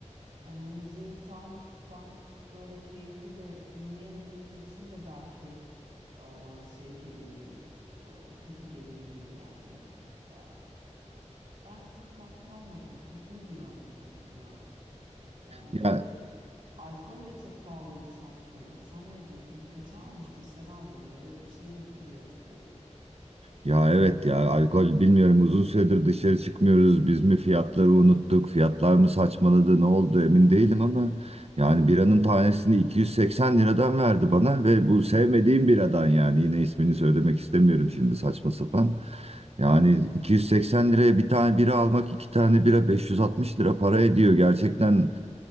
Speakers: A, on the right; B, on the right.
A: Hani müziği tam tam böyle keyifli de dinleyemediğimiz için de belki e, şey geliyordur, e, kötü geliyordur yani. E, ben çok tatmin olmadım. Kötüydü yani sonuç olarak. Ya bir
B: Ya
A: de alkol de çok pahalıydı sanki. Sen ne diyorsun? Kaça almıştın? Sen aldın. Öyle bir şey dedin diye hatırlıyorum.
B: Ya evet ya alkol bilmiyorum uzun süredir dışarı çıkmıyoruz. Biz mi fiyatları unuttuk? Fiyatlar mı saçmaladı? Ne oldu emin değilim ama yani biranın tanesini 280 liradan verdi bana ve bu sevmediğim biradan yani yine ismini söylemek istemiyorum şimdi saçma sapan. Yani 280 liraya bir tane bira almak iki tane bira 560 lira para ediyor. Gerçekten